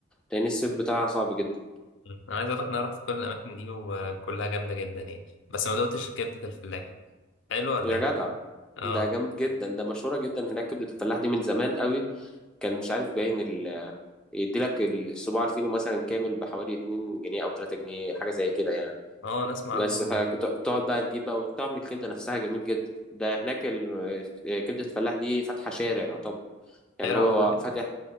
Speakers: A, in the centre; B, on the left.
A: لان الصيف بتاعها صعب جدا
B: مم. انا عايز اقول لك إن انا رحت كل الاماكن دي وكلها جامده جدا يعني بس ما دقتش كبده الفلاح حلو ولا
A: يا
B: ايه
A: جدع
B: اه
A: ده جامد جدا ده مشهوره جدا هناك كبده الفلاح دي من زمان قوي كان مش عارف باين ال يديلك الصباع الفينو مثلا كامل بحوالي 2 جنيه او 3 جنيه حاجه زي كده يعني
B: اه انا اسمع
A: بس
B: عنه
A: فتقعد بقى تجيب بقى وطعم الكبده نفسها جميل جدا ده هناك ال- آه، كبده الفلاح دي فاتحه شارع يعتبر يعني
B: شارع
A: هو
B: والله
A: فاتح